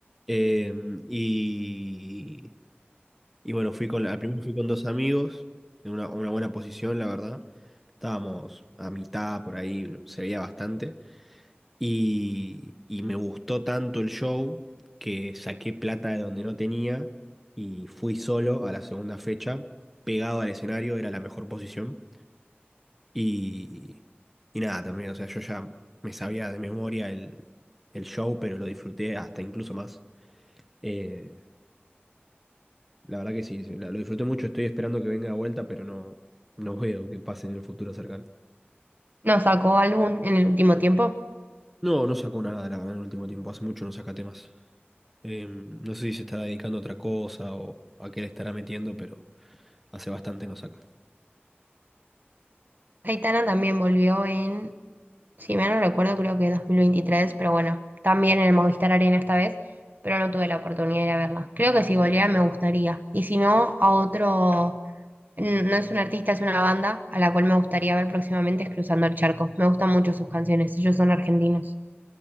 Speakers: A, in the centre; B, on the right.
A: em, y, y bueno, fui con, al primero fui con dos amigos, en una, una buena posición, la verdad. Estábamos a mitad por ahí, lo- se veía bastante. Y, y me gustó tanto el show que saqué plata de donde no tenía y fui solo a la segunda fecha, pegado al escenario, era la mejor posición. Y, y nada, también, o sea, yo ya me sabía de memoria el, el show, pero lo disfruté hasta incluso más. Eh, la verdad que sí, sí, la- lo disfruté mucho, estoy esperando que venga de vuelta, pero no, no veo que pase en el futuro cercano.
B: No, sacó álbum en el último tiempo.
A: No, no sacó nada, la verdad, en el último tiempo, hace mucho no saca temas. Eh, no sé si se estará dedicando a otra cosa o a qué le estará metiendo, pero hace bastante no saca.
B: Aitana también volvió en Si mal no recuerdo, creo que 2023, pero bueno, también en el Movistar Arena esta vez, pero no tuve la oportunidad de ir a verla. Creo que si volviera me gustaría. Y si no, a otro, n- no es un artista, es una banda a la cual me gustaría ver próximamente es Cruzando el Charco. Me gustan mucho sus canciones, ellos son argentinos.